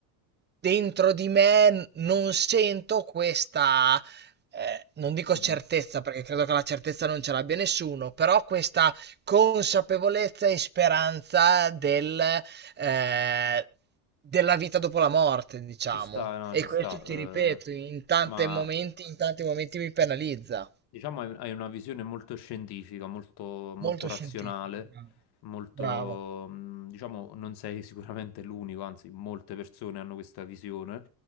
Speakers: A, on the right; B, on the left.
A: dentro di me non sento questa, eh, non dico
B: mhm.
A: certezza perché credo che la certezza non ce l'abbia nessuno, però questa consapevolezza e speranza del, eh, della vita dopo la morte, diciamo.
B: Ci sta, no,
A: E
B: ci
A: questo
B: sta.
A: ti
B: eh,
A: ripeto, in tanti
B: ma
A: momenti, in tanti momenti mi penalizza.
B: Diciamo hai hai una visione molto scientifica, molto, molto
A: Molto
B: razionale,
A: scientifica, bravo.
B: molto,
A: Bravo,
B: mh, diciamo, non sei <laughs> sicuramente l'unico, anzi, molte persone hanno questa visione.